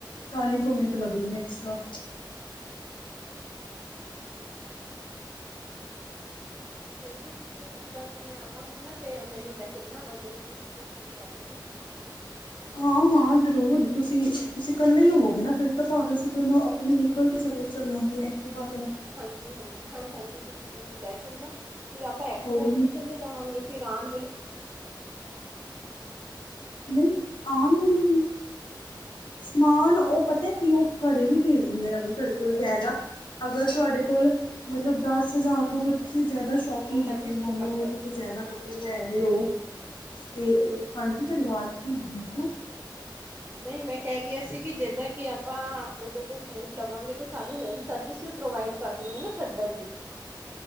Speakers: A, on the left (about 75°); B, on the right (about 25°).
A: ਚਾਲੀ ਕੁ ਮਿੰਟ ਲੱਗਦੇ ਨੇਂ ਐਕਸਟਰਾ।
B: ਅੱਛਾ-ਅੱਛਾ-ਅੱਛਾ। ਫੇਰ ਵੀ ਤੁਸੀਂ ਮਤਲਬ ਕਿ ਮੈਂ ਆਵਾਂਗੀ ਨਾਂ ਤੇ ਮੈਨੂੰ ਲੈ ਚਲਣਾ, ਮੈਂ ਉੱਧਰੋਂ-ਉਧਰ ਹੋਗੇ ਸੂਟ ਲੈ ਲੈਣੇ ਨੇ।
A: ਹਾਂ-ਹਾਂ ਜ਼ਰੂਰ ਤੁਸੀਂ, ਤੁਸੀਂ ਇਕੱਲੇ ਈ ਹੋਵੋਗੇ ਨਾਂ ਫੇਰ ਤਾਂ ਭਾਵੇਂ ਅਸੀਂ ਤੁਹਾਨੂੰ ਆਪਣੀ
B: ਹਾਂਜੀ
A: ਵੀਹੀਕਲ ਤੇ ਚਲੇ ਚੱਲਾਂਗੇ, ਐਕਟਿਵਾ ਤੇ।
B: ਹਾਂਜੀ ਹਾਂ, ਹਾਂਜੀ-ਹਾਂਜੀ ਤੁਸੀਂ ਮੈਨੂੰ ਲੈ ਚੱਲਣਾ ਫਿਰ ਆਪਾਂ ਐਕਟਿਵਾ
A: ਕੋਈ
B: ਤੇ
A: ਨੀ
B: ਤਾਂ ਚਲੇ ਜਾਵਾਂਗੇ ਫਿਰ ਆਣ ਵੇਲੇ
A: ਨਈਂ, ਆਣ ਵੇਲੇ ਦੀ ਸਮਾਨ ਉਹ ਪਤਾ ਐ ਕਿ ਉਹ ਘਰੇ ਵੀ ਭੇਜ ਦਿੰਦੇ ਨੇਂ ਅਗਰ ਤੁਹਾਡੇ ਕੋਲ ਬਕੈਦਾ, ਅਗਰ ਤੁਹਾਡੇ ਕੋਲ ਮਤਲਬ ਦਸ-ਹਜ਼ਾਰ ਤੋਂ ਕੁਛ ਤੁਸੀਂ ਜਿਆਦਾ
B: ਉਹ
A: ਸ਼ੋਪਿੰਗ
B: ਸਰਵਿਸ
A: ਕੀਤੀ ਮੰਨ
B: ਪ੍ਰੋਵਾਈਡ
A: ਲਓ,
B: ਕਰਦੇ
A: ਤੁਸੀਂ
B: ਉਹਨਾਂ
A: ਜਿਆਦਾ
B: ਨੂੰ
A: ਕੱਪੜੇ ਲੈ ਰਹੇ ਓ। ਤੇ ਉਹ ਹਾਂਜੀ ਤੁਹਾਡੀ ਆਵਾਜ਼ ਨੀਂ ਆ ਰਹੀ।
B: ਨਈਂ ਮੈਂ ਕਹਿ ਰਹੀ ਆ ਸੀ ਕਿ ਜਿੱਦਾਂ ਕਿ ਆਪ ਆਪਾਂ ਉਹਦੇ ਕੋਲ ਸੂਟ ਲਵਾਂਗੇ ਤਾਂ ਸਾਨੂੰ ਹੋਮ ਸਰਵਿਸ ਵੀ ਪ੍ਰੋਵਾਈਡ ਕਰ ਦੇਣਗੇ ਨਾਂ ਛੱਡਣ ਦੀ।